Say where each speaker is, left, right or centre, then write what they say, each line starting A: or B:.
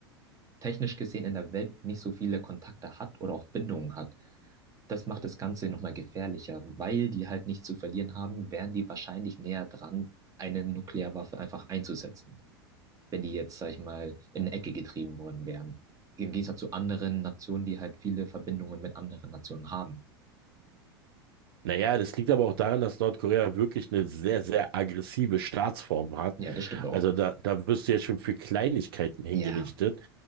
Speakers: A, on the right (about 25°); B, on the right (about 65°).
A: technisch gesehen in der Welt nicht so viele Kontakte hat oder auch Bindungen hat. Das macht das Ganze nochmal gefährlicher, weil die halt nichts zu verlieren haben, wären die wahrscheinlich näher dran, eine Nuklearwaffe einfach einzusetzen, wenn die jetzt, sag ich mal, in eine Ecke getrieben worden wären. Im Gegensatz zu anderen Nationen, die halt viele Verbindungen mit anderen Nationen haben.
B: Naja, das liegt aber auch daran, dass Nordkorea wirklich eine sehr, sehr aggressive Staatsform hat.
A: Ja, das stimmt auch.
B: Also da, da wirst du ja schon für Kleinigkeiten hingerichtet.
A: Ja,